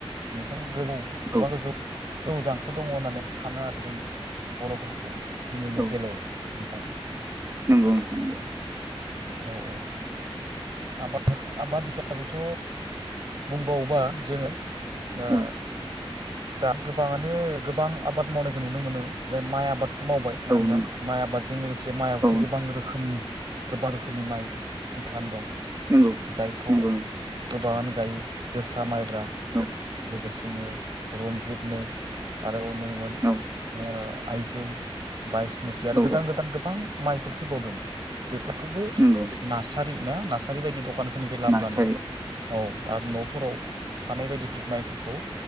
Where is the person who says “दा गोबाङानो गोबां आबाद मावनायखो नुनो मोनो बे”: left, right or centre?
Right